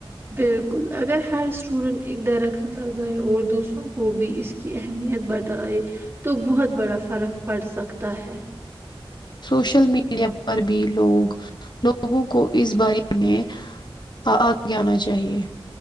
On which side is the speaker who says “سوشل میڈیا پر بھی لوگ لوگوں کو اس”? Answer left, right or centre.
Left